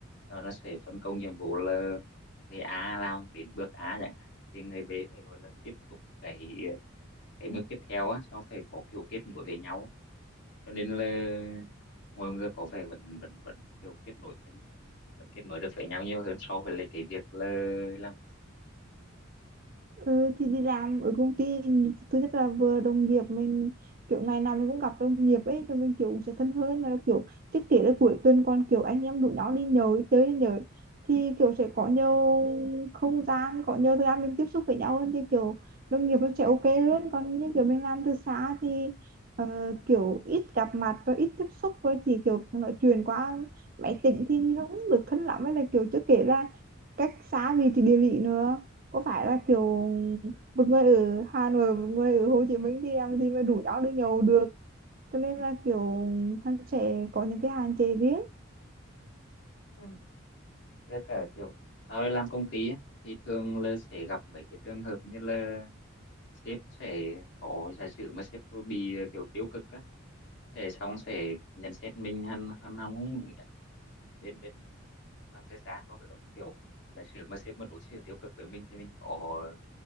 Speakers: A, on the left; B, on the right.
A: Rồi nó sẽ phân công nhiệm vụ là người A làm đến bước A chẳng hạn thì người B phải gọi là tiếp tục cái cái bước tiếp theo á xong phải có kiểu kết nối với nhau cho nên là mọi người có vẻ vẫn vẫn vẫn kiểu kết nối cái- vẫn kết nối được với nhau nhiều hơn so với lại cái việc là làm
B: Ừ, thì đi làm ở công ty thứ nhất là vừa đồng nghiệp mình kiểu ngày nào mình cũng gặp đồng nghiệp ấy cho mình kiểu cũng sẽ thân hơn là kiểu trước kể là cuối tuần còn kiểu anh em rủ nhau đi nhậu đi chơi đi nhậu thì kiểu sẽ có nhiều không gian có nhiều thời gian mình tiếp xúc với nhau hơn thì kiểu đồng nghiệp nó sẽ ok hơn còn như kiểu mình làm từ xa thì ờ, kiểu ít gặp mặt rồi ít tiếp xúc rồi chỉ kiểu nói chuyện qua máy tính thì không được thân lắm hay là kiểu trước kể là cách xa vì thì địa lý nữa có phải là kiểu một người ở Hà Nội một người ở Hồ Chí Minh thì làm gì mà đủ nhau đi nhậu được cho nên là kiểu hắn sẽ có những cái hạn chế riêng
A: Ừ. với cả kiểu tao đi làm công ty á thì thường là sẽ gặp mấy cái trường hợp như là sếp sẽ có giả sử mà sếp bị kiểu tiêu cực á sẽ xong sẽ nhận xét mình hắn hắn không đúng bên bên làm thời gian có được không? kiểu giả sử mà sếp mà đối xử tiêu cực với mình thì mình có